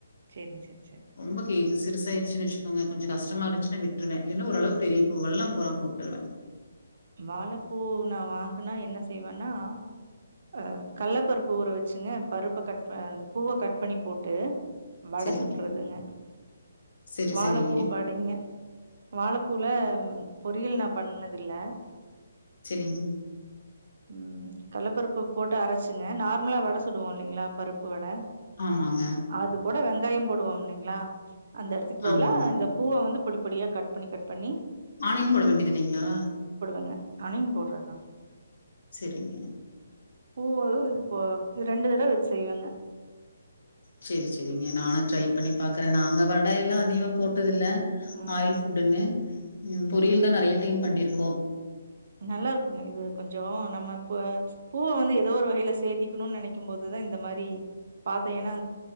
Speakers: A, on the right; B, on the left.
A: செரிங் செர்
B: ரொம்ப கே இது சிறுசாயிடுச்சின் வச்சிகோங்க கொஞ்சோ
A: ம்
B: கஸ்டமா இருந்ச்சினா விட்ருவே இல்லேன்னா ஓரளவுக்
A: ம்
B: பெரிய பூவெல்லா <unintelligible> போட்டுக்கலா
A: வாழப்பூ நா வாங்குனா என்ன செய்வேனா ஆ கள்ளப்பருப்பு ஊற வெச்சுங்க பருப்ப கட் அந்த பூவ கட் பண்ணி போட்டு வட
B: சரிங்க.
A: சுட்டுறதுங்க
B: சரி,
A: வாழப்பூ
B: சரிங்க.
A: வடைங்க வாழப்பூல ம் பொரியல் நா பண்ணதில்ல
B: செரிங்
A: ம் கள்ளப்பருப்பு போட்டு அரச்சிங்க நார்மலா வட சுடுவோ இல்லைங்ளா பருப்பு வட
B: ஆமாங்க,
A: அது கூட வெங்காயம் போடுவோ மில்லைங்ளா அந்த எடத்துக் பதிலா
B: ஆமாங்க.
A: இந்த பூவ வந்து பொடி பொடியா கட் பண்ணி கட் பண்ணி
B: ஆனியன் போட வேண்டிதில்லைங்ளா
A: ங்க ஆனியன் போட்றத்தா
B: செரிங்க
A: பூவ இது இப்போ இது ரெண்டு தடவ வெச் செய்வேங்க
B: செரி செரிங்க நானு ட்ரை பண்ணி பாக்குறே நாங்க வடை எல்லா அதிக்மா போட்டதில்ல
A: ம்
B: ஆயில் ஃபுட்டுன்னு ம் பொரியல் தா நெறைய டைம் பண்ணிருக்கோ
A: நல்லா இருக்குங்க இது கொஞ்சோ நம்ம இப்ப பூவ வந்து எதோ ஒரு வகையில சேதிக்கணுன் நெனைக்கும் போது தா இந்த மாரி பாத்த ஏனா